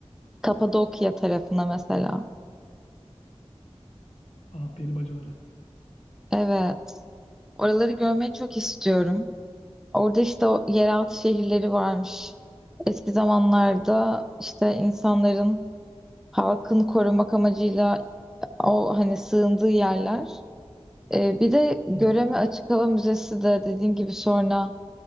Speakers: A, in the centre; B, on the left (about 80°).
A: Kapadokya tarafına mesela.
B: Aha peri bacaları.
A: Evet. Oraları görmeyi çok istiyorum. Orada işte o yeraltı şehirleri varmış. Eski zamanlarda işte insanların halkın korumak amacıyla o hani sığındığı yerler. Ee, bir de Göreme
B: Hı hı.
A: Açık Hava Müzesi de dediğin gibi sonra